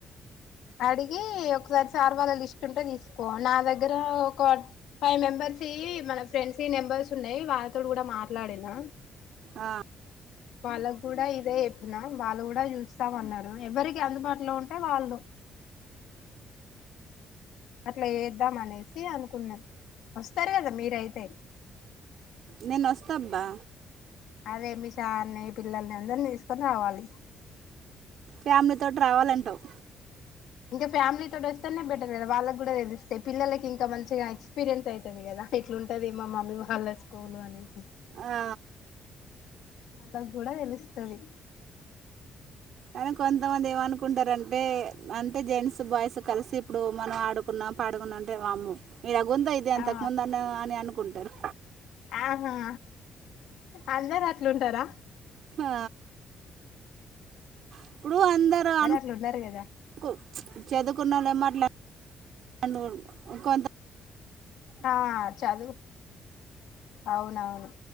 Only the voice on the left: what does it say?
అడిగి ఒకసారి సార్ వాళ్ళ లిస్ట్ ఉంటే తీసుకో నా దగ్గర ఒక ఫైవ్ మెంబర్ సి మన ఫ్రెండ్స్ నెంబర్స్ ఉన్నాయి వాళ్తోడు కూడా మాట్లాడినా
వాళ్ళక్ కూడా ఇదే చెప్పినా వాళ్ళు కూడా చూస్తాంన్నారు ఎవరికి అందుబాటులో ఉంటే వాళ్ళు అట్లా చేద్దాం అనేసి అనుకున్నాం వస్తారు కదా మీరయితే
అదే మీ సార్న్ని పిల్లల్ని అందరిని తీసుకొని రావాలి
ఇంకా ఫ్యామిలీ తోటి వస్తేనే బెట్టర్ కదా వాళ్ళకి కూడా తెస్తేయి పిల్లకి ఇంకా మంచిగా ఎక్స్పీరియన్స్ అవుతుది కదా ఇట్లుంటది మా మమ్మీ వాళ్ళ స్కూల్ అనేసి
వాళ్ళక్ కూడా తెలుస్తాది
ఆ
ఆహా అందరు అట్లుంటారా
అందరు
అట్లుండరు కదా
ఆ చదువు అవునవును